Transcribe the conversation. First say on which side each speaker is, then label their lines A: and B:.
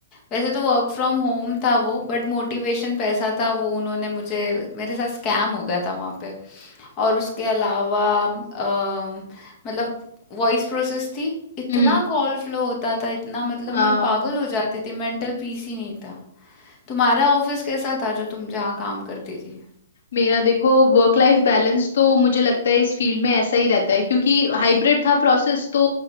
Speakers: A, on the left; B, on the left.
A: वैसे तो वर्क फ्रॉम होम था वो बट मोटिवेशन पैसा था वो उन्होंने मुझे मेरे साथ स्कैम हो गया था वहाँ पे और उसके अलावा अम, मतलब वॉइस प्रोसेस थी इतना
B: हम्म
A: कॉल फ्लो होता था इतना मतलब
B: हाँ
A: मैं पागल हो जाती थी मेंटल पीस ही नहीं था तुम्हारा ऑफिस कैसा था जो तुम जहाँ काम करती थी
B: मेरा देखो वर्क लाइफ बैलेंस तो मुझे लगता है इस फील्ड में ऐसा ही रहता है क्योंकि हाइब्रिड था प्रोसेस तो